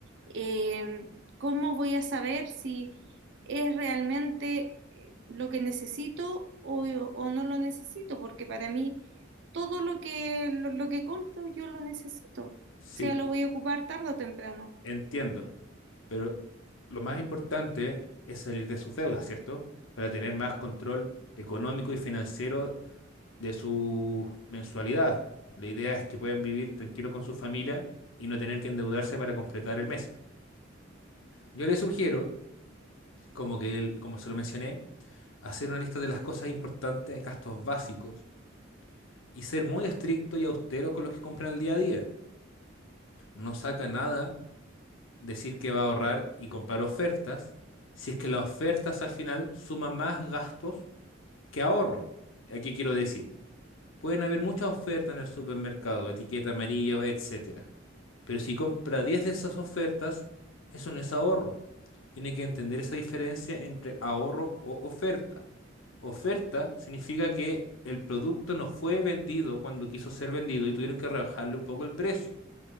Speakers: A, on the right; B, on the left.
A: eh, ¿cómo voy a saber si es realmente eh, lo que necesito o, o no lo necesito? Porque para mí todo lo que, lo, lo que compro yo lo necesito, o
B: Sí,
A: sea, lo voy a ocupar tarde o temprano.
B: entiendo, pero lo más importante es salir de sus deudas, ¿cierto? Para tener más control económico y financiero de su mensualidad. La idea es que puedan vivir tranquilo con su familia y no tener que endeudarse para completar el mes. Yo le sugiero, como que el- como se lo mencioné, hacer una lista de las cosas importantes, gastos básicos y ser muy estricto y austero con los que compran el día a día. no saca nada decir que va a ahorrar y comprar ofertas, si es que las ofertas al final suman más gastos que ahorro. ¿A qué quiero decir? Pueden haber muchas ofertas en el supermercado, etiqueta amarillo, etcétera. Pero si compra 10 de esas ofertas, eso no es ahorro. Tiene que entender esa diferencia entre ahorro o oferta. Oferta significa que el producto no fue vendido cuando quiso ser vendido y tuvieron que rebajarle un poco el precio.